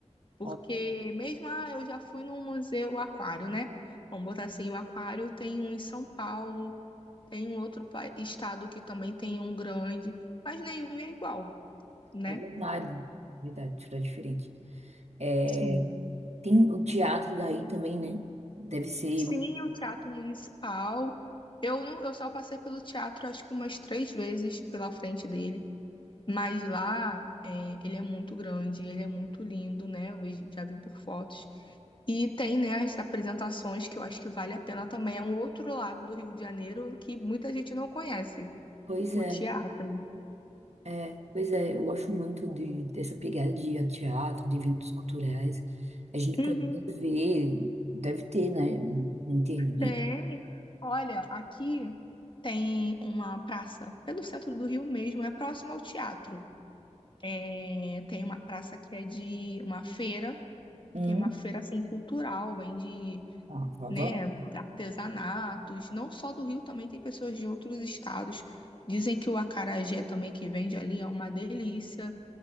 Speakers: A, on the left; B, on the right.
A: porque
B: ó,
A: mesmo, ah, eu já fui num museu aquário, né? Vamos botar assim, o aquário tem um em São Paulo, tem um outro pa- estado que também tem um grande, mas nenhum é igual, né?
B: é verdade, verdade, tudo é diferente. É,
A: Sim.
B: tem o teatro daí também, né? Deve ser.
A: Sim, o Teatro Municipal. Eu não, eu só passei pelo teatro acho que umas três vezes pela frente dele. Mas lá, é, ele é muito grande, ele é muito lindo, né? Eu vejo, já vi por fotos. E tem, né, as apresentações que eu acho que vale a pena também. É um outro lado do Rio de Janeiro que muita gente não conhece,
B: Pois
A: o
B: é,
A: teatro.
B: é, pois é, eu gosto muito de, dessa pegada de ir a teatro, de eventos culturais. A gente
A: Uhum,
B: pode ver, deve ter, né? Na internet.
A: tem. Olha, aqui tem uma praça pelo centro do Rio mesmo, é próximo ao teatro. É, tem uma praça que é de uma feira,
B: Hum,
A: tem uma feira assim cultural, vende,
B: ah, eu adoro.
A: né, artesanatos, não só do Rio, também tem pessoas de outros estados. Dizem que o acarajé também que vende ali é uma delícia.